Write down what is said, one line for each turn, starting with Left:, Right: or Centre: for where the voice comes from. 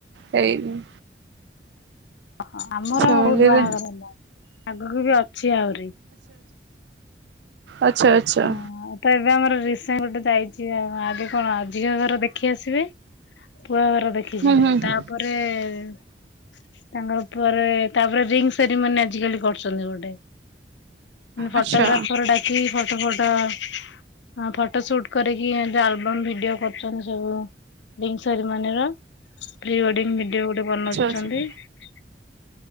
Right: ହେଇନି।
Left: ଓହ ଆମର
Right: ଫ୍ୟାମିଲିରେ
Left: ବହୁତ ବାହାଘର ହେଲାଣି ଆଗକୁ ବି ଅଛି। ଅଛି ଆହୁରି
Right: <inaudible> ଆଛା ଆଚ୍ଛା
Left: ହଁ ତ ଏବେ ଆମର ପାଇଁ ଗୋଟେ ଜାଇଛି ଆଉ। ଆ କଣ ଆଜିକା ଘର ଦେଖି ଆସିବେ ପୁରୁଣାଘର ଦେଖି
Right: ହୁଁ
Left: ଯିବେ
Right: ହୁଁ
Left: ତାପରେ- ତାଙ୍କର ଉପ ତାପରେ ରିଙ୍ଗ ସେରିମନି ଆଜିକାଲି କରୁଛନ୍ତି ଗୋଟେ ମାନେ ଫଟୋଗ୍ରାଫର
Right: ଆଚ୍ଛା
Left: ଡାକି ହ ଫଟୋ ସୁଟ କରିକି ଏବଂ ଭିଡିଓ କରୁଛନ୍ତି ସବୁ ring ceremony pre wedding video ଗୋଟେ ବନାଉଛନ୍ତି
Right: ଆଚ୍ଛା
Left: ପୁ ଏ